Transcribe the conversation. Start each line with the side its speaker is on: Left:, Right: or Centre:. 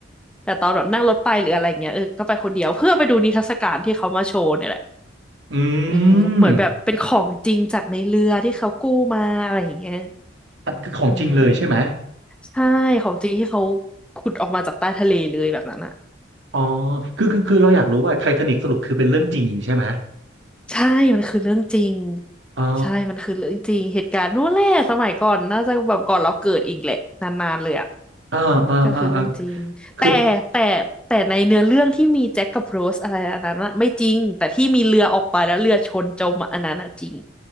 Centre: แต่ตอนแบบนั่งรถไปหรืออะไรเงี้ยเออก็ไปคนเดียวเพื่อไปดูนิทรรศการที่เขามาโชว์เนี่ยแหละ
Right: อื
Centre: อืมเหมือนแบบเป็นของจริงจากในเรือที่เขากู้มาอะไรอย่างเงี้ย
Right: มอันคือของจริงเลยใช่ไหม
Centre: อืมใช่ของจริงที่เขาขุดออกมาจากใต้ทะเลเลยแบบนั้นอ่ะ
Right: อ๋อคือคือคือเราอยากรู้ว่าไททานิกสรุปคือเป็นเรื่องจริงใช่ไหม
Centre: ใช่มันคือเรื่องจริง
Right: อ๋อ
Centre: ใช่มันคือเรื่องจริงเหตุการณ์นู้นแหละสมัยก่อนน่าจะแบบก่อนเราเกิดอีกแหละนานๆเลยอ่ะ
Right: อ่าอ่าอ่าอ่า
Centre: ก็คือเรื่องจริงแต่แต่แต่ในเนื้อเรื่องที่มีแจ็คกับโรสอะไรอันนั้นอะไม่จริงแต่ที่มีเรือออกไปแล้วเรือชนจมอะอันนั้นอะจริง
Right: คือ